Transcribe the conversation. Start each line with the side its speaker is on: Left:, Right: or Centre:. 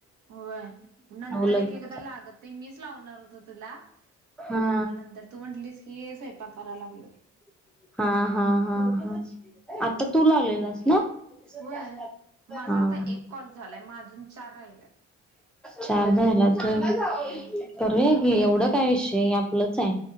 Right: होय नंतर
Centre: लगेच
Right: एक एकदा लागत नाही मीच लावणार होत तुला
Centre: हा
Right: मग नंतर तू म्हटलीस की हे स्वयंपा करायला लागलोय
Centre: <inaudible> हा
Right: व्हय माझा आता एक कॉल झालाय मग अजून चार राहिल्यात
Centre: चारदाला तर
Right: व्हय
Centre: एवढं काय विषय आपलंच आहे.